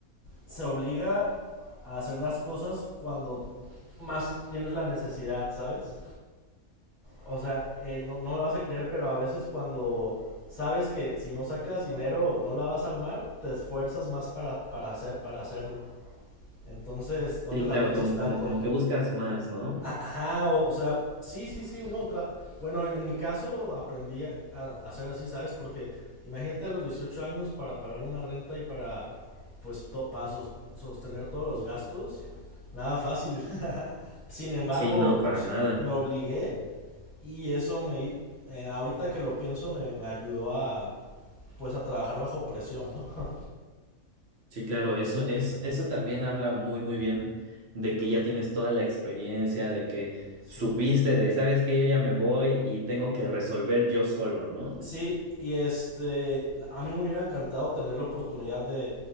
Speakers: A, on the left; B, on the right.
A: se obliga a hacer las cosas cuando más tienes la necesidad, ¿sabes? o sea, eh, no, no me vas a creer, pero a veces cuando sabes que si no sacas dinero no la vas a armar, te esfuerzas más para, para, hacer, para hacerlo. Entonces, no
B: Sí,
A: te la
B: claro,
A: pienses
B: como,
A: tanto.
B: como, como que buscas más, ¿no?
A: A- Ajá, o, o sea, sí, sí, sí, uno... tra- bueno, en mi caso aprendí a, a hacer así, ¿sabes? Porque imagínate a los 18 años para pagar una renta y para, pues, to- para sos- sostener todos los gastos. Nada fácil. <laughs> Sin embargo,
B: Sí, no, para
A: s-
B: nada.
A: me obligué y eso me, eh, ahorita que lo pienso, me, me ayudó a, pues, a trabajar bajo presión, ¿no? <laughs>
B: Sí, claro, eso, es, eso también habla muy, muy bien de que ya tienes toda la experiencia, de que
A: sí.
B: supiste de, sabes que yo ya me voy y tengo que resolver yo solo, ¿no?
A: Sí, y este, a mí me hubiera encantado tener la oportunidad de,